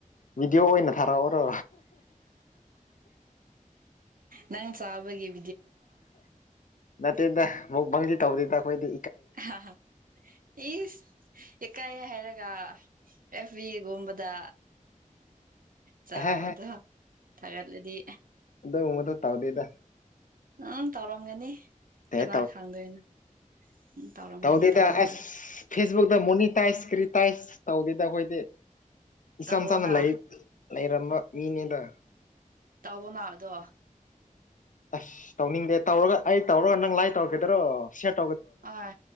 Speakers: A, on the left; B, on the right.
A: ꯚꯗꯤꯑꯣ ꯑꯣꯏꯅ ꯊꯥꯔꯛꯑꯣꯔꯣ
B: ꯅꯪ ꯆꯕꯒꯤꯦ
A: ꯅꯠꯇꯦꯗ ꯑꯃꯨꯛ ꯕꯪꯁꯤ ꯇꯧꯕꯗꯨꯗ ꯑꯩꯈꯣꯏꯗ
B: ꯍꯥ ꯑꯦ ꯏꯀꯥꯏ ꯍꯥꯏꯔꯒ ꯑꯦꯐꯕꯤꯒꯨꯝꯕꯗ ꯆꯥꯎꯕꯗꯣ
A: ꯑꯍꯦ
B: ꯊꯥꯒꯠꯂꯗꯤ
A: ꯑꯗ ꯎ ꯃꯗ ꯇꯥꯎꯗꯦꯗ
B: ꯎꯪ ꯇꯧꯔꯝꯒꯅꯤ
A: ꯑꯦ
B: ꯀꯅꯥ ꯈꯪꯗꯣꯏꯅꯣ ꯎꯝ ꯇꯧꯔꯝꯒꯅꯤ
A: ꯇꯗꯗ
B: ꯇꯧꯔꯝꯒꯅꯤ
A: ꯑꯁ ꯐꯦꯁꯕꯨꯛꯗ ꯃꯣꯅꯤ ꯇꯥꯏꯁ ꯀꯔꯤ ꯇꯥꯏꯁ ꯇꯧꯗꯦꯗ ꯑꯩꯈꯣꯏꯗꯤ ꯏꯆꯝ
B: ꯇꯧꯋꯣꯅ
A: ꯆꯝꯅ ꯂꯥꯏꯔꯤꯛ ꯂꯩꯔꯝꯕ ꯃꯤꯅꯦꯗ
B: ꯇꯧꯕꯅ ꯑꯗꯣ
A: ꯑꯁ ꯇꯧꯅꯤꯡꯗꯦ ꯇꯧꯔꯒ ꯑꯩ ꯇꯧꯔꯒ ꯅꯪ ꯂꯥꯏ ꯇꯧꯔꯛꯀꯗꯔꯣ ꯁꯦꯠ
B: ꯑ